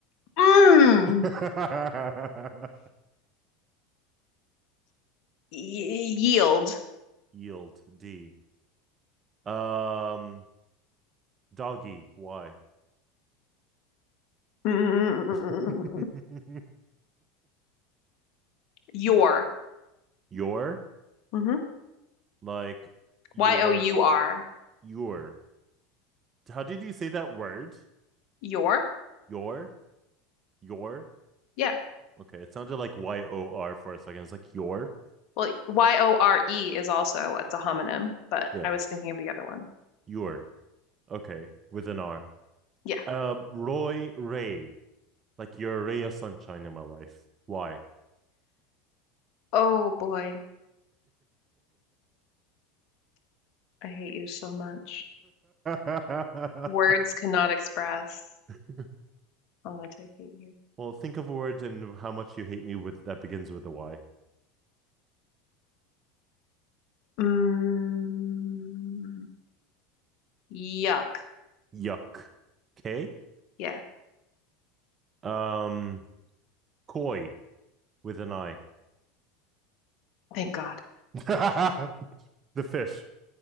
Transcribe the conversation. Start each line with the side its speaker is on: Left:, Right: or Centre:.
Left: Mm.
Right: <laughs>
Left: Y- yield.
Right: Yield. D. Um, doggy. Y.
Left: Mm.
Right: <laughs>
Left: Your.
Right: Your.
Left: hmm
Right: Like your.
Left: Y O U R.
Right: Your. How did you say that word?
Left: Your?
Right: Your. Your.
Left: Yeah.
Right: Okay, it sounded like Y O R for a second. It's like your.
Left: Well, Y O R E is also it's a homonym, but
Right: Yeah,
Left: I was thinking of the other one.
Right: your. Okay, with an R.
Left: Yeah.
Right: Um, Roy Ray. Like you're a ray of sunshine in my life. Why?
Left: Oh boy, I hate you so much.
Right: <laughs>
Left: Words cannot express
Right: <laughs>
Left: how much I hate you.
Right: Well, think of a word and how much you hate me with that begins with a Y.
Left: Mm, yuck.
Right: Yuck. Okay.
Left: Yeah.
Right: Um, koi with an I.
Left: Thank God.
Right: <laughs> The fish.